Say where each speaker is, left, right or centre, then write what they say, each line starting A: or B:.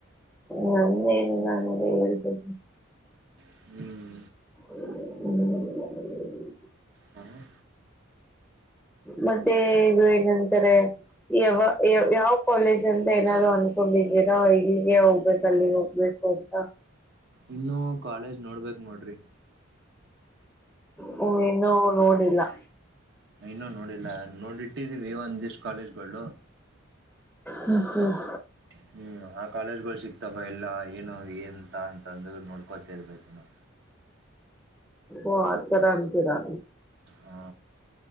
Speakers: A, in the centre; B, on the right.
A: ನಂದೇನ ಇಲ್ಲ ನೀವೇ ಹೇಳ್ಬೇಕು
B: ಹ್ಮ್
A: ಹ್ಮ್
B: ಹಾ
A: ಮತ್ತೆ ಇದು ಏನಂತಾರೆ ಯಾವ ಯ ಯಾವ ಕಾಲೇಜ್ ತ ಏನಾದ್ರು ಅನ್ಕೊಂಡಿದ್ದೀರಾ ಇಲ್ಲಿಗೆ ಹೋಗ್ಬೇಕು ಅಲ್ಲಿಗೆ ಹೋಗ್ಬೇಕು ಅಂತ
B: ಇನ್ನು ಕಾಲೇಜ್ ನೋಡ್ಬೇಕ್ ನೋಡ್ರಿ
A: ಹ್ಮ ಇನ್ನೂ ನೋಡಿಲ್ಲಾ
B: ಇನ್ನು ನೋಡಿಲ್ಲ ನೋಡಿಟ್ಟಿದೀವಿ ಒಂದ್ ದಿವಸ ಕಾಲೇಜ್ಗಳು
A: ಹ್ಮ್ ಹ್ಮ್
B: ಹ್ಮ್ ಆ ಕಾಲೇಜ್ ಗಳು ಸಿಕ್ತಾವ ಎಲ್ಲಾ ಏನು ಏಂತ ಅಂತಂದ್ರ ನೋಡ್ಕೋತ ಇರ್ಬೇಕೇತಿ ನಾ
A: ಓ ಆತರ ಅಂತೀರಾ
B: ಹಾ